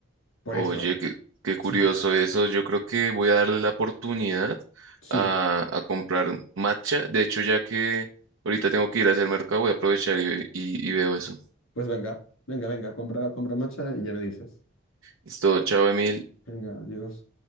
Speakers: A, on the left; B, on the right.
A: Por
B: Oye,
A: eso,
B: qué, qué curioso
A: sí,
B: eso. Yo creo que voy a darle la oportunidad
A: sí,
B: a, a comprar matcha. De hecho, ya que ahorita tengo que ir a hacer mercado, voy a aprovechar y, y y veo eso.
A: pues venga, venga, venga, compra, compra matcha y ya me dices.
B: Listo, chao, Emil.
A: Venga, adiós.